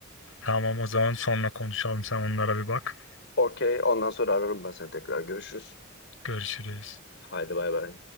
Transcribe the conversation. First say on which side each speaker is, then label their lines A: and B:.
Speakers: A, on the left; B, on the left.
A: Tamam o zaman sonra konuşalım. Sen onlara bir bak.
B: Okey, ondan sonra ararım ben seni tekrar. Görüşürüz.
A: Görüşürüz.
B: Haydi bay bay.